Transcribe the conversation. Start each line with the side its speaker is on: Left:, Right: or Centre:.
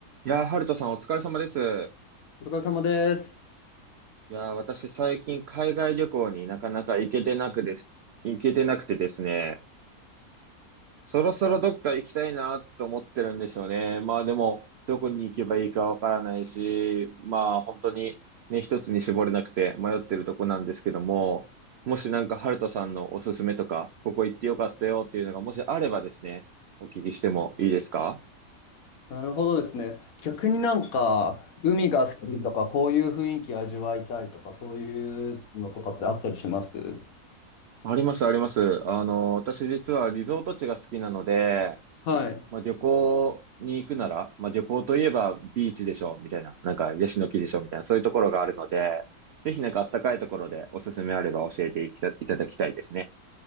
Right: いやー、ハルトさんお疲れ様です。
Left: お疲れ様です。
Right: いやー、私最近海外旅行になかなか行けてなくです。行けてなくてですね。そろそろどっか行きたいなと思ってるんですよね。まあでも、どこに行けばいいかわからないし、まあ本当にね、一つに絞れなくて迷ってるとこなんですけども、もしなんかハルトさんのおすすめとか、ここ行ってよかったよっていうのがもしあればですね、お聞きしてもいいですか
Left: なるほどですね。逆になんか、海が好きとか、こういう雰囲気味わいたいとか、そういうのとかってあったりします
Right: あります、あります。あの、私実はリゾート地が好きなので、
Left: はい。
Right: まあ、旅行に行くなら、まあ、旅行といえばビーチでしょ、みたいな。なんか、ヤシの木でしょ、みたいな。そういうところがあるので、ぜひなんかあったかいところでおすすめあれば教えていきたいただきたいですね。